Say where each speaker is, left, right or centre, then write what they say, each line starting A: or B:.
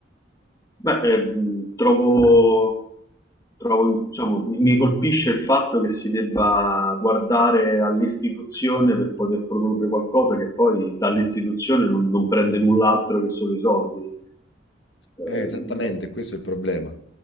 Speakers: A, on the left (about 20°); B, on the left (about 80°).
A: Beh, eh, mh, trovo, trovo, diciamo, mi mi colpisce il fatto che si debba guardare all'istituzione per poter produrre qualcosa che poi dall'istituzione non, non prende null'altro che solo i soldi.
B: È
A: Ehm,
B: esattamente questo è il problema.